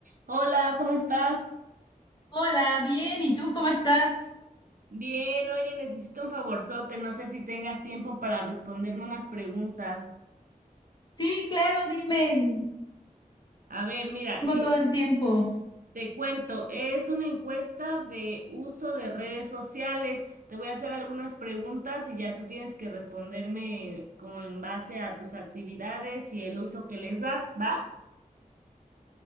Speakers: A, on the right; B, on the left.
A: Hola, ¿cómo estás?
B: Hola, bien, ¿y tú cómo estás?
A: Bien, oye, necesito un favorzote, no sé si tengas tiempo para responderme unas preguntas.
B: Sí, claro, dime.
A: A ver, mira,
B: Tengo
A: eh,
B: todo el tiempo.
A: te cuento, es una encuesta de uso de redes sociales. Te voy a hacer algunas preguntas y ya tú tienes que responderme con base a tus actividades y el uso que les das, ¿va?